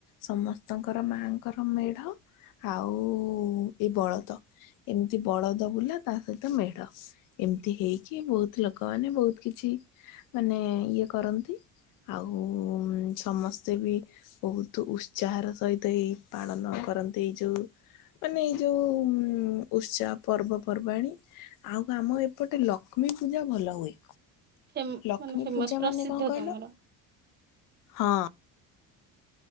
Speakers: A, on the left; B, on the right.
A: ସମସ୍ତଙ୍କର ମାଆଙ୍କର ମେଢ ଆଉ ଏଇ ବଳଦ। ଏମିତି ବଳଦ ବୁଲା ତା ସହିତ ମେଢ। ଏମିତି ହେଇକି ବହୁତ ଲୋକମାନେ ବହୁତ କିଛି ମାନେ ଇଏ କର ଆଉ ସମସ୍ତେ ବି ବହୁତ ଉତ୍ସାହର ସହିତ ଏଇ ପାଳନ କରନ୍ତି ଏଇ ଯୋଉ ମାନେ ଏଇ ଯୋଉ ଉତ୍ସାହ ପର୍ବପର୍ବାଣୀ। ଆଉ ଆମ ଏପଟେ ଲକ୍ଷ୍ମୀ ପୂଜା ଭଲ ହୁଏ।
B: ଫେମ
A: ଲକ୍ଷ୍ମୀ
B: ମାନେ ଫେମସ
A: ପୂଜା
B: ପ୍ରସିଦ୍ଧ
A: ମାନେ କଂ କହିଲ
B: ତମର।
A: ହଁ।